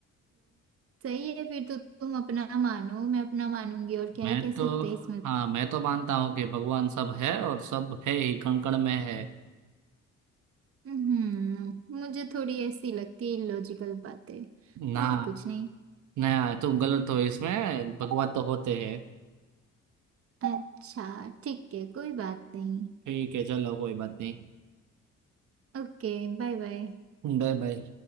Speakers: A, on the right; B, on the right.
A: सही है फिर तो तुम अपना मानो मैं अपना मानूंगी और क्या
B: मैं
A: ही कह
B: तो
A: सकते हैं इसमें
B: हाँ मैं तो मानता हूँ कि भगवान सब है और सब है ही कण कण में है
A: हम्म मुझे थोड़ी ऐसी लगती है लॉजिकल बातें
B: ना
A: और कुछ नहीं
B: ना तुम गलत हो इसमें भगवान तो होते हैं
A: अच्छा ठीक है कोई बात नहीं
B: ठीक है चलो कोई बात नहीं
A: ओके Bye bye
B: Bye bye